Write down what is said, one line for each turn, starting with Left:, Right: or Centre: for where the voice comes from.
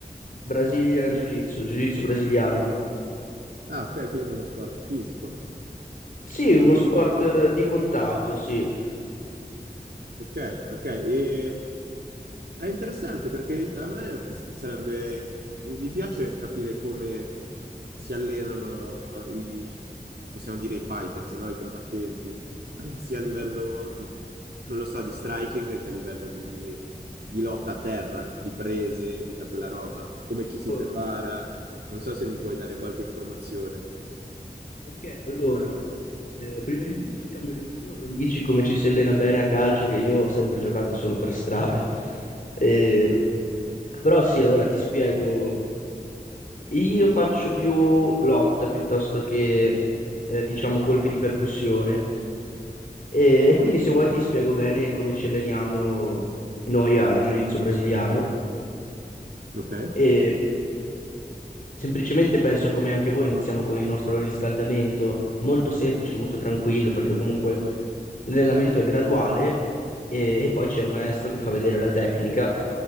Left: Brazilian Jiu-Jitsu, Jiu-Jitsu brasiliano.
Right: Ah, ok, quindi uno sport fisico,
Left: Sì, uno
Right: di contatto.
Left: sport eh, di contatto, sì.
Right: Ok, ok. E è interessante perché a me s- sarebbe, mi, mi piace capire come si allenano i, possiamo dire, i fighters, no? I combattenti, <clears throat> sia a livello, non lo so, di striking che a livello di, di lotta a terra, di prese, tutta quella roba. Come ci si
Left: Oh,
Right: prepara? Non so se mi puoi dare qualche informazione.
Left: Ok, allora, eh, prima di tutto, in cambio che tu eh, dici come ci si allena bene a calcio, che io ho sempre giocato solo per strada. Eh,
Right: Ok,
Left: però sì, allora ti spiego. Io faccio più lotta piuttosto che, eh, diciamo, colpi di percussione. E, e quindi se vuoi ti spiego bene come ci alleniamo noi a Jiu-Jitsu brasiliano.
Right: ok,
Left: E semplicemente penso come anche voi iniziamo con il nostro riscaldamento, molto semplice, molto tranquillo, perché comunque l'allenamento è graduale e, e poi c'è il maestro che fa vedere la tecnica